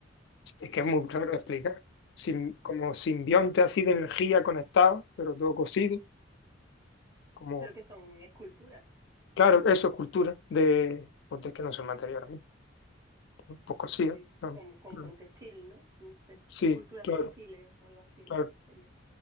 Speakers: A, on the left; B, on the right.
A: es que es muy raro de explicar, Sim- como simbionte así de energía conectado, pero todo cosido, como,
B: pero que son esculturas,
A: claro, eso es cultura, de, pues de
B: ajá,
A: que no son material a mí, pues cosido.
B: sí,
A: claro,
B: con, con,
A: claro.
B: con textil, ¿no? Te-
A: Sí,
B: esculturas
A: claro,
B: textiles o algo así,
A: claro,
B: ¿no? Sería.